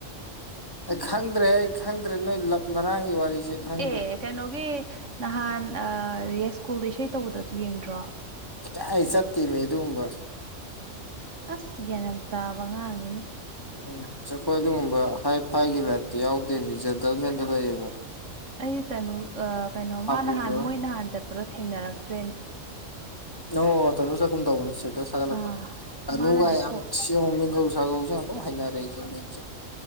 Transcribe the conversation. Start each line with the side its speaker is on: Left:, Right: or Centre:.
Left: ꯑꯩ ꯈꯪꯗ꯭ꯔꯦ ꯑꯩ ꯈꯪꯗ꯭ꯔꯦ ꯅꯣꯏ ꯂꯞꯅꯔꯥꯡꯒꯤ ꯋꯥꯔꯤꯁꯦ꯫ ꯈꯪꯗ꯭ꯔꯦ
Right: ꯑꯦ ꯀꯩꯅꯣꯒꯤ ꯅꯍꯥꯟ ꯌꯥꯏ ꯁ꯭ꯀꯨꯜꯗ ꯏꯁꯩ ꯇꯧꯕꯗꯣ ꯌꯦꯡꯗ꯭ꯔꯣ꯫
Left: ꯀꯤꯗꯥꯏ ꯆꯠꯇꯦꯃꯤ ꯑꯗꯨꯒꯨꯝꯕ꯫
Right: ꯑꯁ ꯒ꯭ꯌꯥꯟ ꯌꯥꯝ ꯇꯥꯕ ꯑꯉꯥꯡꯅꯤꯅꯦ꯫
Left: ꯎꯝ ꯆꯈꯣꯏ ꯑꯗꯨꯒꯨꯝꯕ ꯍꯥꯏ ꯐꯥꯏꯒꯤ ꯂꯥꯏꯞꯇ ꯌꯥꯎꯗꯦꯕ ꯖꯦꯟꯇꯦꯜꯃꯦꯟꯗ ꯂꯩꯌꯦꯕ꯫
Right: ꯑꯩꯖꯦ ꯇꯅꯨ ꯀꯩꯅꯣ
Left: ꯍꯥꯄꯨꯁꯨ
Right: ꯃꯥ ꯅꯍꯥꯟ ꯃꯣꯏ ꯅꯍꯥꯟ ꯆꯠꯄꯗꯣ ꯊꯦꯡꯅꯔꯛꯇ꯭ꯔꯦꯅꯦ꯫
Left: ꯑꯣ ꯇꯅꯨ ꯆꯠꯀꯨꯝ ꯇꯧꯕꯅꯤ ꯏꯁꯇꯦꯇꯁ ꯊꯥꯒꯠ ꯂꯛꯄꯅꯤ
Right: ꯑꯥ
Left: ꯇꯅꯨꯒ
Right: ꯃꯥꯅꯗꯤ ꯐꯣꯟ
Left: ꯌꯥꯝ ꯅꯨꯡꯁ ꯃꯤꯡꯒꯧ ꯁꯥꯒꯧꯖꯨ ꯑꯗꯨꯝ ꯍꯩꯅꯔꯦ ꯑꯩꯖꯨ ꯍꯧꯗꯛꯁꯦ꯫